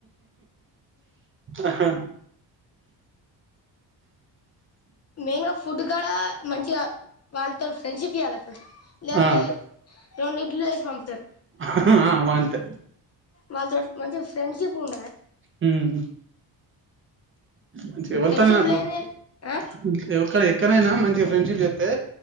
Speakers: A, on the right (about 30°); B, on the left (about 35°).
A: ఆహా
B: మెయిన్ గా ఫుడ్ కూడా మంచిగా వాళ్ళతో ఫ్రెండ్షిప్ చేయ్యాలి లేకపోతే
A: ఆ
B: రెండు ఇడ్లీలు వేసి పంపుతారు
A: హా అవంతే
B: వాల్తోని మంచి ఫ్రెండ్షిప్ ఉండాది
A: హ్మ్ నుంచ్ వెళ్తున్న
B: ఫ్రెండ్షిప్
A: ఫుడ్
B: లేని ఆ
A: <unintelligible> ఎక్కనైనా మంచి ఫ్రెండ్షిప్ చెస్తే